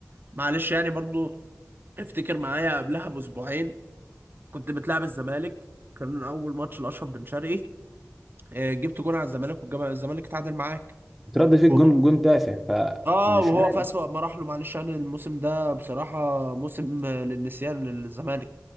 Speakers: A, on the right (about 45°); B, in the centre.
A: معلش يعني برضو افتكر معايا قبلها باسبوعين كنت بتلعب الزمالك كان اول ماتش لاشرف بن شرقي آه، جبت جون على الزمالك والزمالك اتعادل معاك
B: ترد
A: <laughs>
B: فيك
A: وهو-
B: جون جون تافه فمش
A: اه وهو
B: عارف
A: في اسوأ مراحله معلش يعني الموسم ده بصراحه موسم آه، للنسيان للزمالك